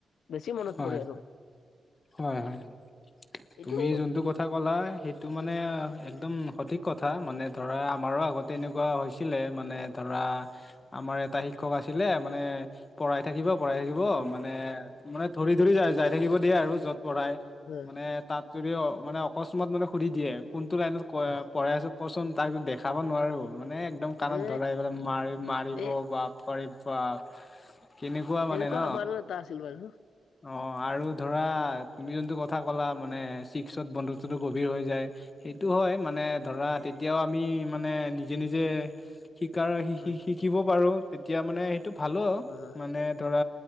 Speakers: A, on the left; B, on the left.
A: বেছি মনত
B: হয়
A: পৰে আৰু
B: হয় হয়
A: এইটো
B: তুমি যোনটো কথা ক'লা সেই সেইটো মানে একদম সঠিক কথা মানে ধৰা আমাৰো আগতে এনেকুৱা হৈছিলে মানে ধৰা আমাৰ এটা শিক্ষক আছিলে মানে পঢ়াই থাকিব পঢ়াই থাকিব মানে মানে ধৰি ধৰি যাই যাই থাকিব দিয়ে আৰু য'ত পঢ়াই
A: হয়
B: মানে তাত যদিও মানে অকস্মাত মানে সুধি দিয়ে কোনটো লাইনত ক
A: হয়
B: পঢ়াই আছো কচোন তাপি দেখাব নোৱাৰো মানে একদম কাণত
A: এ
B: ধৰাই পেলাই মাৰি মাৰিব
A: এ
B: বা পৰে বাপ কেনেকুৱা মানে
A: এনেকুৱা
B: ন
A: আমাৰো এটা আছিল বাৰু
B: অ আৰু ধৰা তুমি যোনটো কথা ক'লা মানে চিক্সত বন্ধত্বটো গভীৰ হৈ যায় সেইটো হয় মানে ধৰা তেতিয়াও আমি মানে নিজে নিজে শিকাৰ শি
A: হয়
B: শি শিকিব পাৰোঁ তেতিয়া মানে সেইটো ভালো
A: হয় হয়
B: মানে ধৰা